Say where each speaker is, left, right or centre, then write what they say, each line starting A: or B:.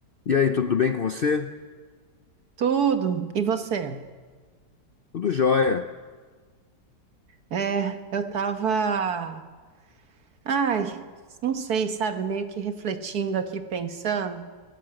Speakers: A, on the left (about 50°); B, on the right (about 65°).
A: E aí, tudo bem com você?
B: Tudo. E você?
A: Tudo jóia.
B: É, eu tava, ai, não sei, sabe, meio que refletindo aqui, pensando